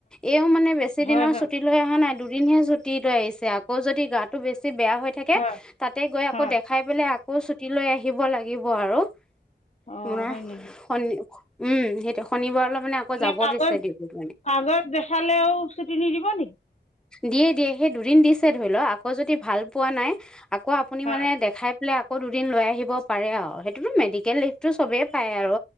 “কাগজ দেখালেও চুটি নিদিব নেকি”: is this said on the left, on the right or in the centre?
Left